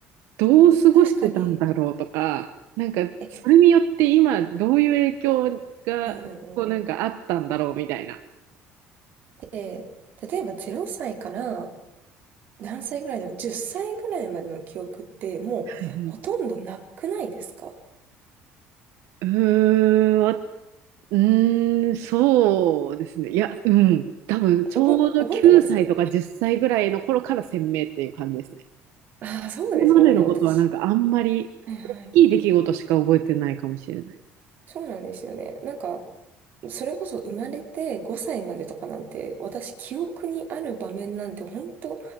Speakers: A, on the right; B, on the right.
A: どう過ごしてたんだろうとか、
B: ん確かに。
A: なんかそれによって今どういう影響がこうなんかあったんだろうみたいな。
B: え、うんうんうん。で、例えば0歳から何歳ぐらいだろう ?10 歳ぐらいまでの記憶ってもうほとんどなくないですか
A: はいはいうーん、わうーん、そうですね。いや、うん、多分ちょうど9歳とか10歳ぐらいの頃から鮮明っていう感じですね。
B: 覚え、覚えてますああそうです。
A: それまでのことはなんかあんまり大きい出来事しか覚えてないかもしれない。
B: もうね、私。はいはい。そうなんですよね。なんか、それこそ生まれて5歳までとかなんて、私記憶にある場面なんて本当